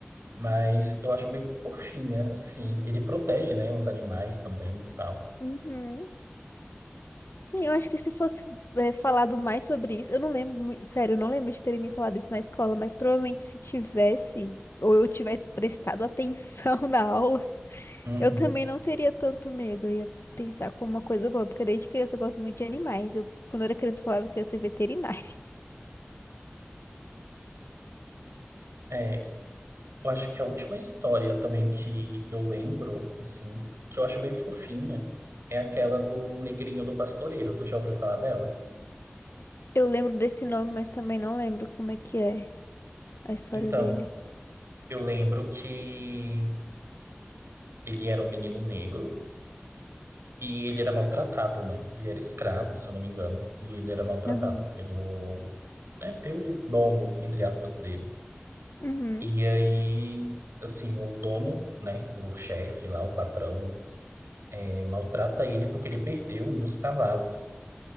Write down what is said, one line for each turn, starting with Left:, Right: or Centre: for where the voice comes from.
Right: Mas eu acho bem fofinha, assim. Ele protege, né, os animais também e tal.
Left: Uhum. Sim, eu acho que se fosse é, falado mais sobre isso, eu não lembro, mui- sério, eu não lembro de terem me falado isso na escola, mas provavelmente se tivesse, ou eu tivesse prestado atenção <laughs> na aula,
Right: Uhum.
Left: eu também não teria tanto medo. Eu ia pensar como uma coisa boa, porque desde criança eu gosto muito de animais. Eu, quando eu era criança, eu falava que eu ia ser veterinária. <laughs>
Right: É, eu acho que a última história também que eu lembro, assim, que eu acho bem fofinha, é aquela do Negrinho do Pastoreiro. Tu já ouviu falar dela?
Left: Eu lembro desse nome, mas também não lembro como é que é a história
Right: Então,
Left: dele.
Right: eu lembro que ele era um menino negro. E ele era maltratado, né? Ele era escravo, se eu não me engano. E ele era maltratado
Left: Aham.
Right: pelo, né, pelo dono, entre aspas, dele.
Left: Uhum.
Right: E aí, assim, o dono, né? O chefe lá, o patrão, eh, maltrata ele porque ele perdeu um dos cavalos.